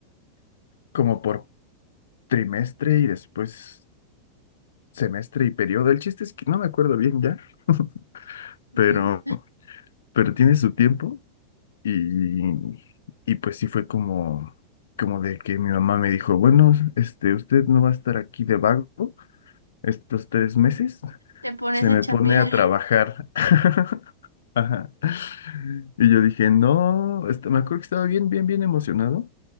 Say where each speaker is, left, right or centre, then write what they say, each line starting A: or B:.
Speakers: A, on the left; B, on the right.
A: como por trimestre y después semestre y periodo. El chiste es que no me acuerdo bien ya, <laughs>
B: ujú.
A: pero, pero tiene su tiempo y, y pues sí fue como, como de que mi mamá me dijo, bueno, este, usted no va a estar aquí de vago estos tres meses,
B: Te pones
A: se
B: a
A: me
B: chambear.
A: pone a trabajar. <laughs> Ajá. Y yo dije, no, este, me acuerdo que estaba bien, bien, bien emocionado,